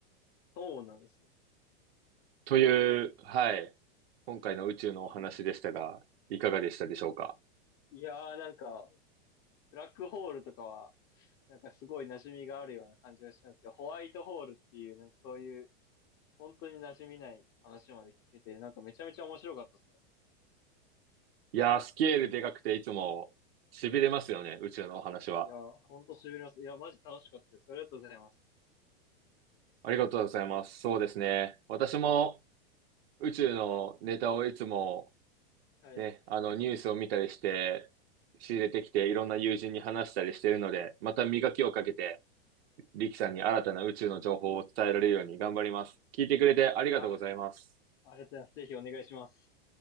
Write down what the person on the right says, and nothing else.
という、はい。今回の宇宙のお話でしたが、
いかがでしたでしょうか
いやー、スケールでかくていつも痺れますよね、宇宙のお話は。
ありがとうございます。そうですね。私も宇宙のネタをいつも
ね、あのニュースを見たりして、仕入れてきていろんな友人に話したりしているので、また磨きをかけて、
リキさんに新たな宇宙の情報を伝えられるように頑張ります。聞いてくれてありがとうございます。